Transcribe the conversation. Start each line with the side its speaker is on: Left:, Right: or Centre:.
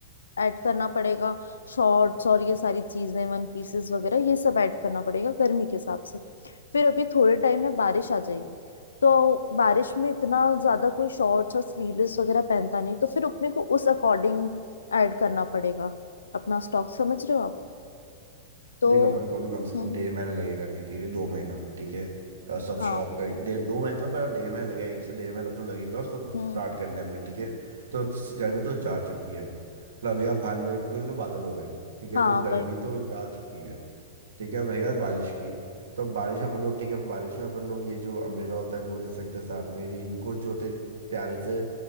Left: ऐड करना पड़ेगा शॉर्ट्स और ये सारी चीजें वन पीसेस वगैरह ये सब ऐड करना पड़ेगा गर्मी के हिसाब से फिर अभी थोड़े टाइम में बारिश आ जाएगी तो बारिश में इतना ज्यादा कोई शॉर्ट्स और स्लीवलेस वगैरह पहनता नहीं तो फिर अपने को उस अकॉर्डिंग ऐड करना पड़ेगा अपना स्टॉक समझ रहे हो आप तो
Right: देख अपन
Left: हम्म
Right: को भी कम से कम
Left: हम्म
Right: डेढ़ महीना लगेगा नहीं ठीक है दो महीना ठीक है अ, सब
Left: हाँ
Right: शॉप का डेढ़ दो महीने तो है, पर डेढ़ महीना लगेगा एक से डेढ़ महीना अपना लगेगा और सब
Left: हम्म
Right: स्टार्ट करने में ठीक है तो स- गर्मी तो जा चुकी है मतलब अभी आप बाहर निकल के देखोगे तो बादल हो रहे हैं ठीक है
Left: हाँ
Right: तो गर्मी
Left: वही
Right: तो जा चुकी है ठीक है अब रही बात बारिश की तो बारिश में अपन लोग ठीक है बारिश में अपन लोग ये जो अम्ब्रेला होता है वो दे सकते हैं साथ में रेनकोट जो होते हैं प्यारे से